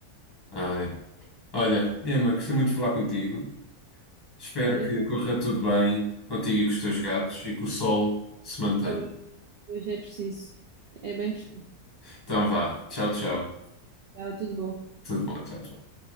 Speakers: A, on the left; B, on the right.
A: Ai. Olha, Emma, gostei muito de falar contigo. Espero
B: Olha,
A: que
B: eu tenho
A: corra tudo bem contigo e com os teus gatos e que o sol se mantenha.
B: obras que hoje é preciso. É bem preciso.
A: Então vá. Tchau, tchau.
B: Tá, tudo bom.
A: Tudo bom, tchau, tchau.